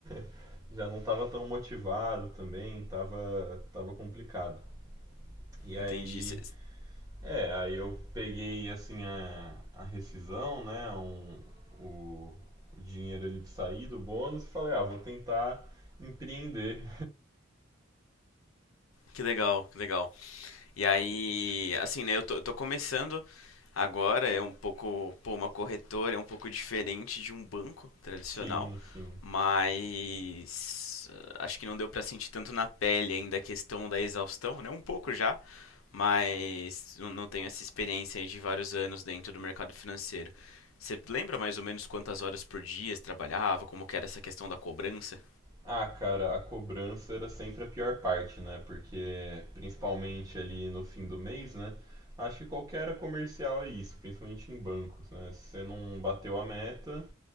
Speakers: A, on the right; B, on the left.
A: <laughs> já não tava tão motivado também, tava, tava complicado. E aí,
B: Entendi. Você-
A: é, aí eu peguei assim a, a rescisão, né? Um, o, o dinheiro ali de sair do bônus e falei, ah, vou tentar empreender
B: Que legal, que legal. E aí, assim, né, eu tô, eu tô começando agora, é um pouco, pô, uma corretora é um pouco diferente de um banco tradicional,
A: Sim, sim.
B: mas eh, acho que não deu pra sentir tanto na pele ainda a questão da exaustão, né? Um pouco já, mas não não tenho essa experiência aí de vários anos dentro do mercado financeiro. Você lembra mais ou menos quantas horas por dia você trabalhava, como que era essa questão da cobrança?
A: Ah, cara, a cobrança era sempre a pior parte, né? Porque, principalmente ali no fim do mês, né? Acho que qualquer área comercial é isso, principalmente em bancos, né? Se você não bateu a meta,